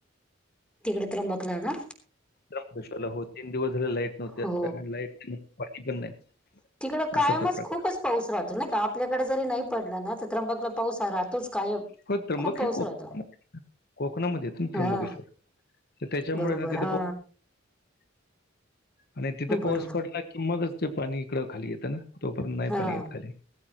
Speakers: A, in the centre; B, on the left.
A: तिकड त्र्यंबकला ना?
B: त्र्यंबकेश्वरला होत. तीन दिवस झाले लाईट नव्हते.
A: हो
B: लाईट नाई, पाणी पण नाई.
A: तिकड कायमच
B: असा तो प्रकार.
A: खूपच पाऊस राहतो नाई का. आपल्याकडे जरी नाही पडला ना, त्र्यंबकला पाऊस हा राहतोच कायम.
B: हो, त्र्यंबक
A: खूप पाऊस
B: हे कोक
A: राहतो
B: कोकणामध्ये येतय त्र्यंबकेश्वर.
A: हा
B: तर त्याच्यामुळे
A: बरोबर,
B: ना तिथं
A: हा.
B: पाऊस <inaudible> आणि तिथं
A: बरोबर
B: पाऊस पडला की मगच ते पाणी इकडं खाली येतं ना, तोपर्यंत नाही
A: हा
B: पाणी येत खाली.